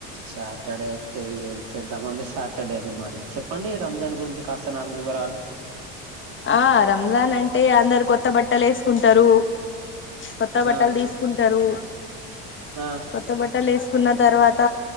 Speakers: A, on the right (about 65°); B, on the left (about 30°).
A: సాటర్డే అయితే ఇగ ఏం చేద్దామండి సాటర్డే నే మరి చెప్పండి రంజాన్ గురించి కాస్ స నాకు వివరాలు
B: ఆ రంజాన్ అంటే అందరు కొత్త బట్టలే ఏసుకుంటారు కొత్త బట్టలు
A: ఆ
B: తీసుకుంటారు
A: ఆ
B: కొత్త బట్టలేస్ కున్న తర్వాత